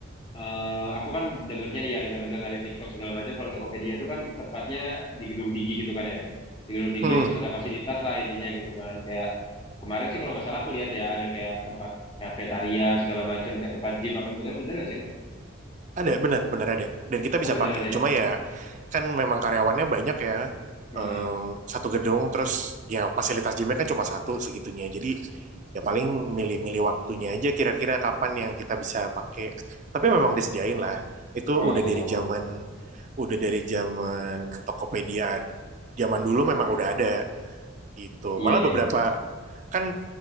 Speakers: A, on the left; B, on the right.
A: eh aku kan dengernya dia dengar-dengar dari TikTok segala macam. Kalau Tokopedia itu kan tempatnya di gedung tinggi gitu kan ya. Di gedung tinggi
B: Hmm.
A: terus ada fasilitas lah intinya gitu kan. Kayak kemarin sih kalau nggak salah aku lihat ya ada kayak tempat kafetaria segala macam kayak tempat gym apa segala macam. Bener nggak sih kak?
B: Ada, benar, benar ada. Dan kita
A: Oh
B: bisa pakai.
A: bener ada ya.
B: Cuma ya, kan memang karyawannya banyak ya.
A: Heeh.
B: Em, satu gedung, terus ya fasilitas gymnya kan cuma satu segitunya. Jadi ya paling milih-milih waktunya aja kira-kira kapan yang kita bisa pakai. Tapi memang disediain lah. Itu
A: Oh
B: udah dari zaman, udah dari zaman Tokopedia. Zaman dulu memang udah ada gitu.
A: iya
B: Malah
A: iya.
B: beberapa, kan